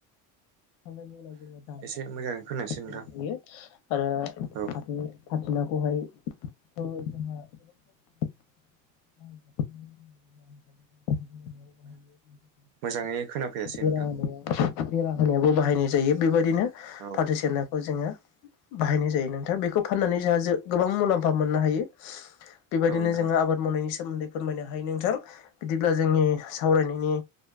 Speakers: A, on the left; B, on the right.
A: खामानि
B: एसे
A: मावनाय
B: मोजाङै खोनायासै नोंथां
A: <unintelligible> <inaudible>
B: औ
A: बेहायथ' जोंहा गोबां <inaudible> <unintelligible>
B: मोजाङै खोनाफैयासै
A: बेरा
B: नोंथां
A: होनाय बेरा होनायावो बाहायनाय जायो बेबायदिनो
B: औ
A: फाथो सेरनाखौ जोङो बाहायनाय जायो नोंथाङा बेखौ फाननानै जोंहा गोबां मुलाम्फा मोननो हायो। बेबायदिनो
B: औ नोंथां
A: जोङो आबाद मावनायनि सोमोन्दै फोरमायनो हायो नोंथां। बिदिब्ला जोंनि सावरायनायनि